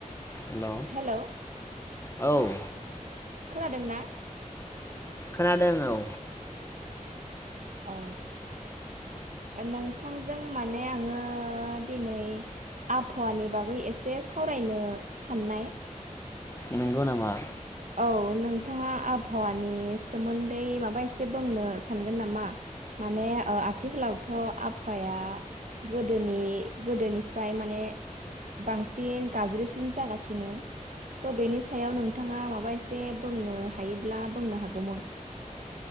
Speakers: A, on the left; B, on the right.
A: हेल',
B: hello
A: औ।
B: खोनादों ना?
A: खोनादों औ।
B: औ। नोंथांजों माने आङो दिनै आबहावानि बागै एसे सावरायनो साननाय।
A: नंगौ नामा?
B: औ नोंथाङा आबहावानि सोमोन्दै माबा एसे बुंनो सानगोन नामा? माने ओ आथिखालाव थ' आबहावाया गोदोनि गोदोनिफ्राय माने बांसिन गाज्रिसिन जागासिनो थ' बेनि सायाव नोंथाङा माबा बा एसे बुंनो हायोब्लानो बुंनो हागौमोन।